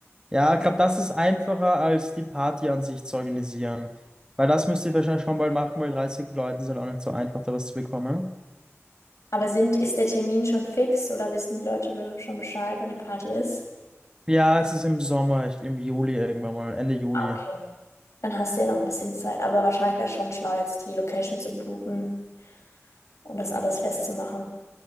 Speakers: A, on the right; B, on the left.
A: Ja, ich glaube, das ist einfacher als die Party an sich zu organisieren. Weil das müsst ihr wahrscheinlich schon bald machen, weil 30 Leute ist halt auch nicht so einfach, da was zu bekommen.
B: Aber sind, ist der Termin schon fix oder wissen die Leute schon Bescheid, wann die Party ist?
A: Ja, es ist im Sommer, ich, im Juli irgendwann mal, Ende Juli.
B: Okay. Dann hast du ja noch ein bisschen Zeit. Aber wahrscheinlich wäre es schon schlau, jetzt die Location zu buchen und das alles festzumachen.